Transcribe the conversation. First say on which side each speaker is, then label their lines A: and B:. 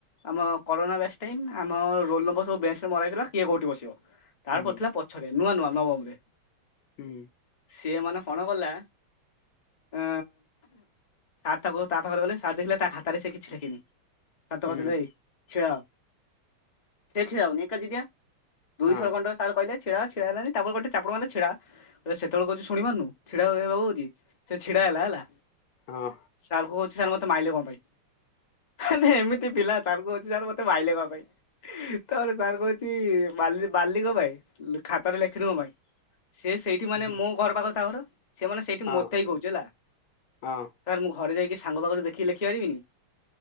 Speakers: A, on the left; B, on the left.
A: ଆମ କରୋନା ବ୍ୟାକ୍ସ ଟାଇମ୍ ଆମ ରୋଲ ନମ୍ବର ସବୁ ବେଞ୍ଚରେ ମରାଇଥିଲା କିଏ କୋଉଠି ବସିବ। ତାର
B: ହୁଁ
A: ପଡ଼ିଥିଲା ପଛରେ ନୂଆ ନୂଆ ନବମ ରେ।
B: ହୁଁ।
A: ସିଏ ମାନେ କଣ କଲା? ଆ ସାର୍ ତାକୁ ତା ପାଖରେ ଗ ସାର୍ ଦେଖିଲେ ତା ଖାତାରେ ସେ <inaudible> କିି ସାତ
B: ହୁଁ
A: ପାଚିଲ ହେଇ ଛିଡ଼ା ହ ଛିଡ଼ା ହଉନି ଏକା ଦିଦିକି। ଦୁଇ
B: ହଁ
A: ଥର ଖଣ୍ଡେ ସାର୍ କହିଲେ। ଛିଡା ହୋ ଛିଡା ହେଲାନି ତାପରେ ଗୋଟେ ଚାପୁଡ ମଇଲେ ଛିଡା ସେତେବେଳେ କହୁଛି ଶୁଣିପାରୁନୁ ଛିଡା ହେବାକୁ କହୁଛି ସେ ହେଲା ହେଲା
B: ହଁ
A: ସାର୍ କୁ କହୁଛି ସାର୍ ମତେ ମାଇଲେ କଣ ପାଇଁ? ମାନେ ଏମିତି ପିଲା ସାରଙ୍କୁ କହୁଛି ସାରମତେ ମାଇଲେ କଣ ପାଇଁ ତାପ ରେ ସାରଙ୍କୁ କହୁଛି ବାଲି ବାଲିିକ ଭ ଖାତାରେ ଲେଖନୀ ମୋ ପାଇଁ ସେ ସେଇଠି
B: ହଁ
A: ମାନେ ମୋ ଘର ପାଖ ତା ଘର <inaudible> ସେମାନେ ସେଇଠି
B: ହଁ।
A: ମୋତେ ହେଇ କହୁଛି ହେଲା ସାର୍
B: ହଁ
A: ମୁଁ ଘରେ ଯାଇକି ସାଙ୍ଗ ପାଖରେ ଦେଖିକି ଲେଖି ପାରିବିନି।